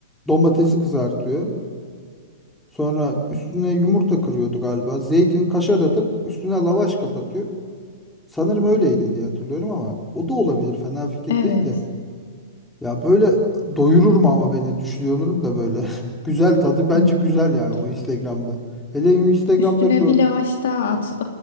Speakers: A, in the centre; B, on the left.
A: Domatesi kızartıyor. Sonra üstüne yumurta kırıyordu galiba. Zeytin kaşar atıp üstüne lavaş kapatıyor. Sanırım öyleydi diye hatırlıyorum ama o da olabilir. Fena fikir
B: Evet.
A: değil de. Ya böyle doyurur mu ama beni düşünüyorum da böyle. <laughs> Güzel tadı bence
B: Hmm.
A: güzel yani o Instagram'da. Hele Instagram'da
B: Üstüne
A: gör
B: bir lavaş daha at,